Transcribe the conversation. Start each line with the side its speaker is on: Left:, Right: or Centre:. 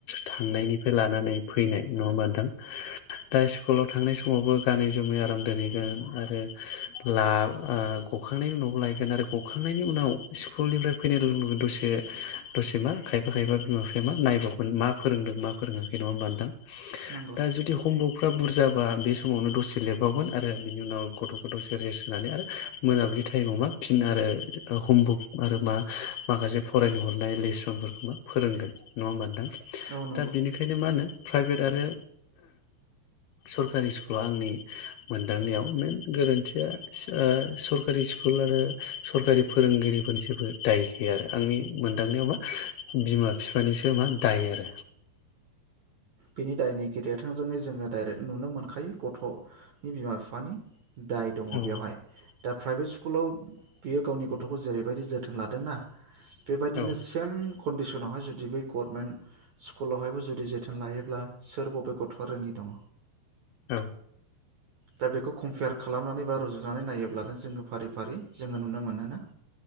Left: थांनायनिफ्राय लानानै फैनाय नङा होमबा नोंथां दा स्कुलाव थांनाय समावबो गानै जोमै आराम दोनहैगोन आरो ला ओ गखांनायनि उ न'आव लाय गखांनायनि उनाव स्कुलनिफ्राय फैनाय लगे लगे दसे दसे मा खायफा खायफा बिमा बिफाया मा नायबावगोन मा फोरोंदों मा फोरोङाखै नङा होनबा नोंथां
Right: नंगौ
Left: दा जुदि हमवारकफ्रा बुरजाबा बे समावनो दसे लिरबावगोन आरो बिनि उनाव गथ'खौ दसे रेस्ट होनानै आरो मोनाबिलि टाइमाव मा फिन आरो हमबुक आरो मा माखासे फरायनो हरनाय लेसनफोरखौ मा फोरोंगोन नङा नङा होमबा नोंथां
Right: औ नंगौ
Left: दा बेनिखायनो मा होनो प्राइभेट आरो सरखा कारि स्कुलाव आंनि मोनदांनायाव मेन गोरोन्थिया ओ सरकारि स्कुल आरो सरखारि फोरोंगिरिफोरनि जेबो दाय गैया आरो आंनि मोनदांनायाव मा बिमा बिफानिसो मा ह दायो आरो
Right: बिनि दायनिगिरिया थोंजोंङै जोङो दाइरेक्ट नुनो मोनखायो गथ'नि बिमा बिफानि। दाय दङ
Left: औ
Right: बेवहाय दा प्राइभेट स्कुलाव बियो गावनि गथ'खौ जेरैबायदि जोथोन थोन लादोंना बेबायदिनो
Left: औ
Right: सेम कन्डिसनाव जुदि बै गभर्नमेन्ट स्कुलावहायबो जुदि जुदि जोथोन लायोब्ला सोर बबे गथ'आ रोङि दङ
Left: औ
Right: दा बेखौ कम्पेयार खालामनानै बा रुजुनानै नायोब्लानो जोङो फारि फारि जोङो नुनो मोनोना?